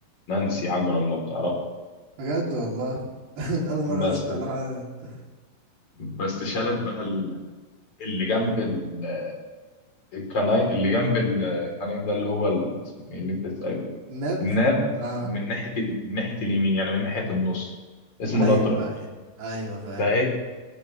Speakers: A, on the left; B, on the right.
A: نانسي عجرم لو تعرفها
B: بجد والله <laughs> اول مرة
A: بس
B: اسمع الحوار ده
A: بس شالت بقى ال- اللي جنب ال- الكناي اللي جنب الكناي ده اللي هو ال- اسمه ايه اللي انت سأله
B: نب
A: الناب
B: اه
A: من ناحيه ال... من ناحيه اليمين يعني من ناحيه النص اسمه
B: ايوه
A: لاترال
B: ايوه ايوه فاهم
A: فهي